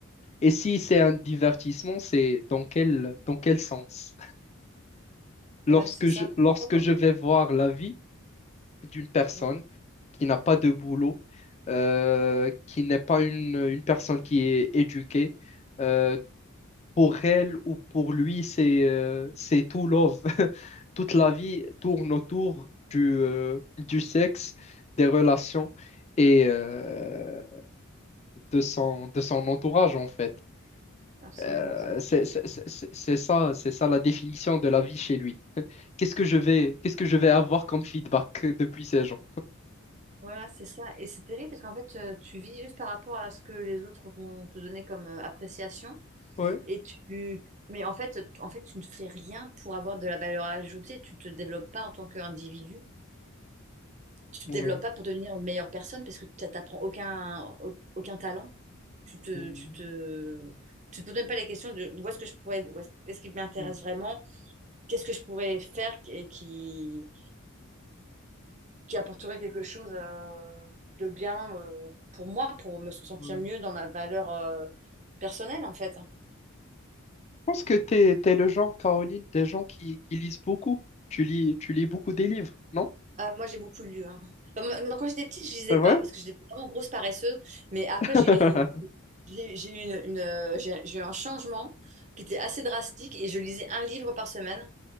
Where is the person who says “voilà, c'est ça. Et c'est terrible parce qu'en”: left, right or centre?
Right